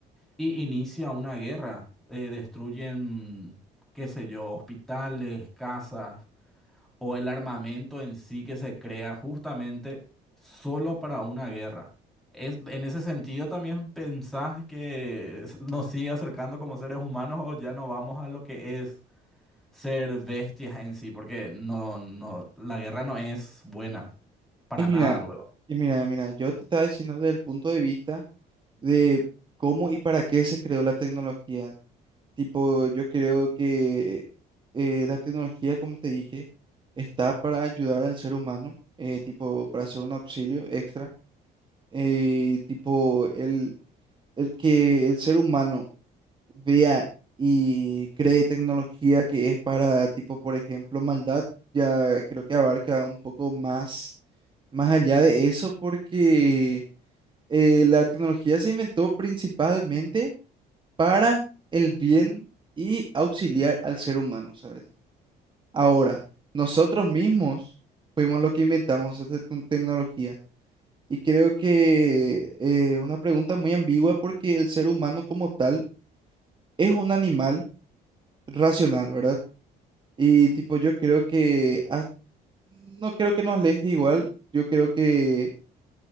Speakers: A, in the centre; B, on the right.
A: y inicia una guerra. Eh, destruyen, qué sé yo, hospitales, casas o el armamento en sí que se crea justamente solo para una guerra. Es, en ese sentido, ¿también pensás que s- nos sigue acercando como seres humanos o ya no vamos a lo que es ser bestias en sí? Porque no, no, la guerra no es buena para
B: Y mira,
A: nada luego.
B: y mira, mira, yo te estaba diciendo desde el punto de vista de cómo y para qué se creó la tecnología. Tipo, yo creo que eh, la tecnología, como te dije, está para ayudar al ser humano, eh, tipo, para ser un auxilio extra. Eh, tipo, el, el que el ser humano vea y cree tecnología que es para, tipo, por ejemplo, maldad, ya creo que abarca un poco más, más allá de eso, porque eh, la tecnología se inventó principalmente para el bien y auxiliar al ser humano, ¿sabes? Ahora, nosotros mismos fuimos los que inventamos esta tec- tecnología. Y creo que eh, una pregunta muy ambigua porque el ser humano como tal es un animal racional, ¿verdad? Y tipo, yo creo que ah, no creo que nos aleje igual. Yo creo que